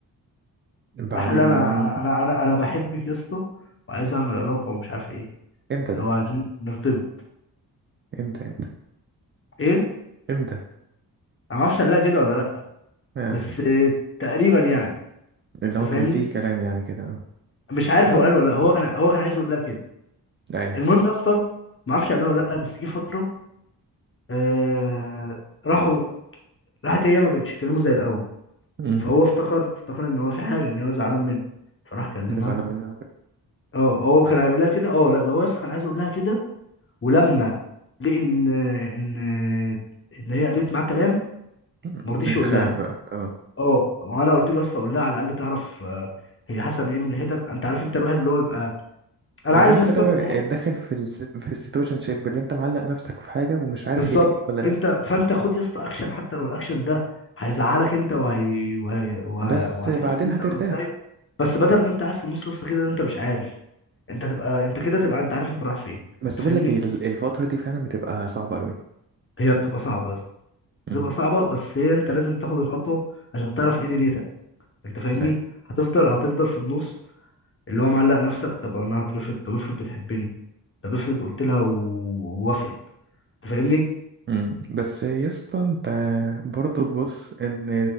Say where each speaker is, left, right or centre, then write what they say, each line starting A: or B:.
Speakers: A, on the right (about 30°); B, on the left (about 30°).
A: بعدين
B: راح اللي انا
A: يعني
B: انا انا انا بحبك يا اسطى وعايز اعمل علاقه ومش عارف ايه
A: امتى
B: اللي
A: ده
B: هو عايزين نرتبط
A: امتى امتى
B: ايه انا
A: امتى
B: ما اعرفش قال لها كده ولا لا
A: آه.
B: بس تقريبا يعني
A: اللي هو
B: انت
A: كان
B: فاهمني
A: فيه كلام يعني كده اه
B: مش عارف
A: اللي
B: هو
A: هو
B: قال ولا لا هو كان هو كان عايز يقول لها كده
A: ايوه
B: المهم يا اسطى ما اعرفش قال لها ولا لا بس جه فتره آه راحوا راحت هي ما بقتش تكلمه زي الاول
A: مم.
B: فهو افتكر افتكر ان هو في حاجه ان هو زعلان منه فراح كلمها
A: زعلان منه أوي.
B: اه هو كان هيقول لها كده اه لا ده هو اصلا كان عايز يقول لها كده ولما لقى ان ان ان هي قالت معاه كلام
A: مم.
B: ما رضيش
A: يخاف
B: يقول لها
A: بقى اه
B: اه وانا قلت له يا اسطى قول لها على الاقل تعرف آه، هي حسب ايه من ناحيتك انت عارف انت الواحد اللي هو بيبقى انا
A: اللي
B: عارف
A: انت
B: يا اسطى
A: كده
B: ان
A: داخل في الس... في السيتويشن شيب اللي انت معلق نفسك في حاجه ومش عارف
B: بالظبط
A: هي دي ليك ولا لا
B: انت فانت خد يا اسطى اكشن حتى لو الاكشن ده هيزعلك انت وهي... وهي... وه...
A: بس
B: وهتحس
A: بعدين
B: ان انت
A: هترتاح
B: مكتئب بس بدل ما انت قاعد في النص يا اسطى كده انت مش عارف انت تبقى انت كده تبقى انت عارف انت رايح فين
A: بس
B: انت
A: بقول
B: فاهمني
A: لك ايه ال- الفتره دي فعلا بتبقى صعبه قوي
B: هي بتبقى صعبه يا اسطى بتبقى
A: امم
B: صعبه بس هي انت لازم تاخد الخطوه عشان تعرف ايه دنيتك انت فاهمني
A: ايوه
B: هتفضل هتفضل في النص اللي هو معلق نفسك طب انا هترفض طب افرض بتحبني طب افرض قلت لها و- ووافقت انت فاهمني
A: امم بس يا اسطى انت برضه تبص ان